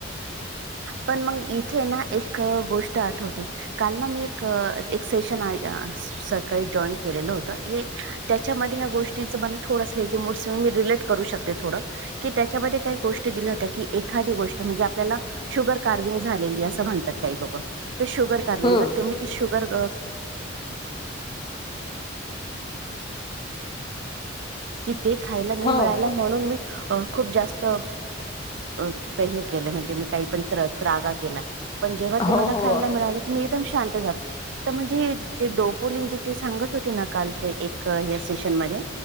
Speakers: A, on the right (about 65°); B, on the left (about 25°).
A: पण मग इथे ना एक गोष्ट आठवते काल ना मी एक सेशन सकाळी जॉईन केलेलं होत हे त्याच्यामध्ये ह गोष्ट त्याच्या मध्ये थोडस <unintelligible> तुम्ही डिलिट करू शकता थोड की त्याच्या मध्ये काय गोष्टी दिल्या होत्या की <unintelligible> एखादी गोष्ट म्हणजे आपल्याला शुगर कार्वि्हंग झालेली असं म्हणतात काही लोक शुगर काढून
B: हम्म
A: <unintelligible> तुमही ते शुगर <unintelligible> <inaudible> ते खायला नाही
B: हो
A: मिळायला म्हणून मी अ खूप जास्त प हे केलं म्हणजे मी काही पण त त्रगा केला. पण जेव्हा ते
B: हो
A: मला
B: हो
A: खायला मिळालेलं मी एकदम शांतात तर म्हणजे डोपलीन ज सांगत होते ना काल ते एक सेशन मध्ये